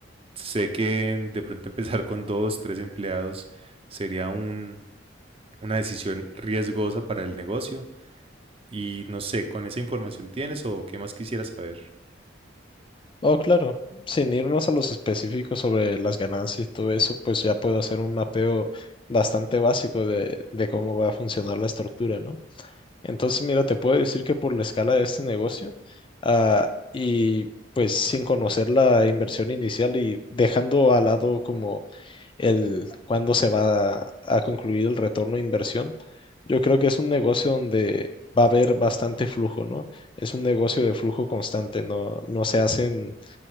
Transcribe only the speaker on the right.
sé que de pronto empezar <laughs> con dos, tres empleados sería un, una decisión riesgosa para el negocio. Y no sé, ¿con esa información tienes o qué más quisieras saber?